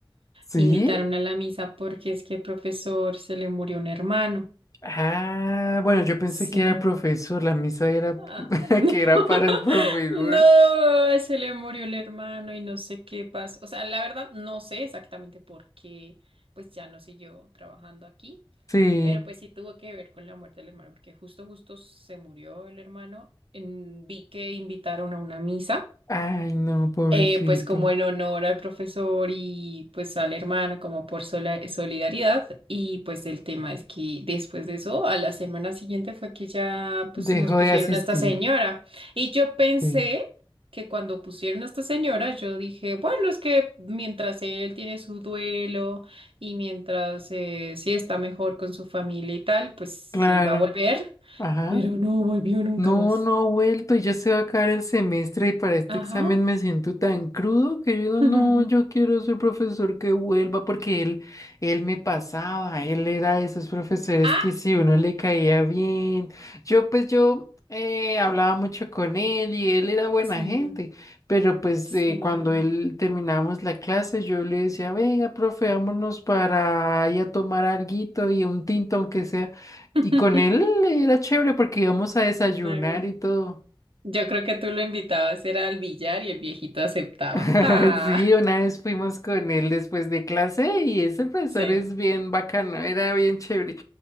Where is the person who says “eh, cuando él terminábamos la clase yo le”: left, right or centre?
Left